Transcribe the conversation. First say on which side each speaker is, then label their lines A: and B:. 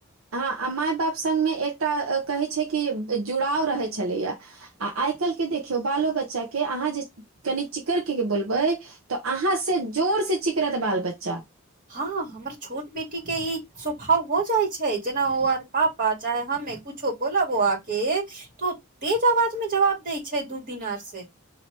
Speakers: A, on the right; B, on the right.
A: हँ आ मााय बाप सङ्गमे एकटा कहै छैय कि जुड़ाव रहैत छलैया। आ आइ काल्हिके देखियौ बालो बच्चाके अहाँ जे कनि चिकर के के बोलबै तऽ अहाँ से जोर से चिकरत बाल बच्चा
B: हँ हमर छोट बेटी के ई स्वभाव हो जाइ छैय जेना ओ आर पापा चाहे हमे कुछो बोलऽ बौआ के त तेज अवाज में जबाब दै छैय दू दिन आर से।